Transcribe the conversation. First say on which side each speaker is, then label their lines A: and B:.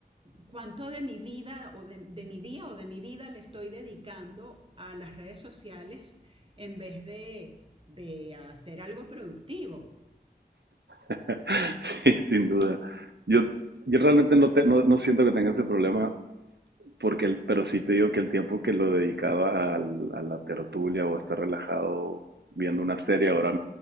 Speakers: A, on the right; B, on the right.
A: cuánto de mi vida o de, de, mi día o de mi vida le estoy dedicando a las redes sociales en vez de, de hacer algo productivo.
B: <laughs> Sí, sin duda. Yo, yo realmente no, te- no, no siento que tenga ese problema, porque el- pero sí te digo que el tiempo que lo dedicaba al- a la tertulia o a estar relajado viendo una serie, ahora